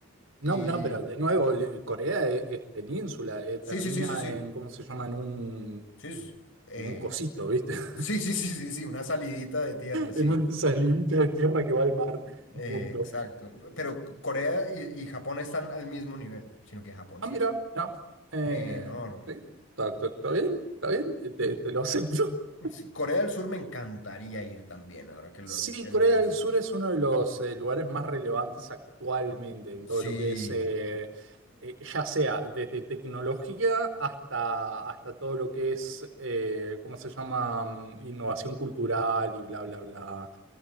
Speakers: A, on the right; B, on the left.
A: No,
B: Y...
A: no, pero de nuevo, eh, Corea e- es, península, eh,
B: Sí,
A: termina
B: sí, sí, sí, sí.
A: en, ¿cómo se llama? En un,
B: Sí, sí, eh,
A: en un cosito, ¿viste? <laughs>
B: sí, sí, sí, sí, sí, una salidita de tierra, sí.
A: En una salidita de tierra que va al mar
B: Eh,
A: y punto.
B: exacto. Pero Corea y, y Japón están al mismo nivel, sino que Japón
A: Ah,
B: sí
A: mira,
B: es
A: mira, eh,
B: enorme.
A: sí, está, está- está bien, está bien, eh, te, te lo acepto.
B: Sí, Corea del Sur me encantaría ir también, ahora que lo,
A: Sí,
B: que
A: Corea
B: lo menciono.
A: del Sur es uno de los eh, lugares más relevantes actualmente en
B: Sí,
A: todo lo que es, eh, eh, ya sea desde tecnología hasta, hasta todo lo que es, eh, ¿cómo se llama? Mm, Innovación cultural y bla, bla, bla,